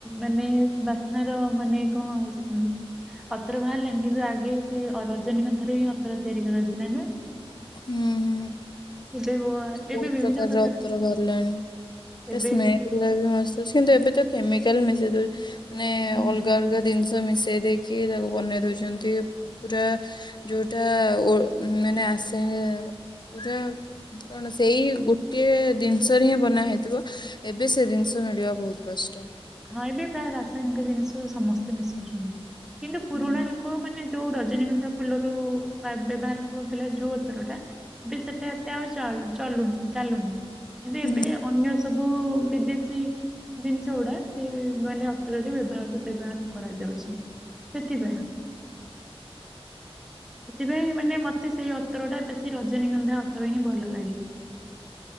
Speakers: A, in the centre; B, on the left.
A: ମାନେ ବାସ୍ନାର ମାନେ କଣ ହୁଁ ଅତର ବାହାରିଲାଣି କିନ୍ତୁ ଆଗେ ସେ ଅ ରଜନୀଙ୍କ ଠାରୁ ହିଁ ଅତର ତିଆରି କରାଇଥିଲା ନୁହେଁ।
B: ହୁଁ ହୁଁ।
A: ଏବେ ବ-
B: ବହୁତ
A: ଏବେ ବିଭିନ୍ନ
B: ପ୍ରକାରର
A: ପ୍ରକାର
B: ଅତ୍ର ବାହାରିଲାଣି
A: ଏବେ
B: ସ୍ମେଲ ଗୁରାବି ମସ୍ତ ଅଛି କିନ୍ତୁ ଏବେ ତ କେମିକାଲ ମିଶେଇ ଦଉଛି। ମାନେ
A: କିନ୍ତୁ
B: ଅଲଗା ଅଲଗା ଜିନିଷ ତ ମିଶେଇ ଦେଇକି ତାକୁ ବନେଇ ଦଉଛନ୍ତି ପୁରା ଯୋଉଟା ଓ ମାନେ ଆସେ ପୁରା କଣ ସେଇ ଗୋଟିଏ ଜିନିଷରେ ହିଁ ବନା ହେଇଥିବ ଏବେ ସେ ଜିନିଷ ମିଳିବା ବହୁତ କଷ୍ଟ।
A: ହଁ ଏବେ ପ୍ରାୟ ରାସାୟନିକ ଜିନିଷ ସମସ୍ତେ ମିଶୁଛନ୍ତି। କିନ୍ତୁ ପୁରୁଣା
B: ନା।
A: ଲୋକ ମାନେ ଯୋଉ ରଜନୀଗନ୍ଧା ଫୁଲ ରୁ ବ୍ୟବହାର କରୁଥିଲା ଯୋଉ ଉତର ଟା ଏବେ ସେଟା ଏତେ ଆଉ ଚଲୁନି ଚାଲୁନି। କିନ୍ତୁ
B: ହୁଁ।
A: ଏବେ ଅନ୍ୟ ସବୁ ସବୁ ବିଦେଶୀ ଜିନିଷ ଗୁଡା ସେ ମାନେ ଅତରରେ ବ୍ୟବହାର ବ୍ୟବହାର କରାଯାଉଛି। ସେଥିପାଇଁ
B: ନା।
A: ସେଥିପାଇଁ ମାନେ ମତେ ସେଇ ଅତର ଟା ବେଶୀ ରଜନୀଗନ୍ଧା ଅତର ହିଁ ଭଲ ଲାଗେ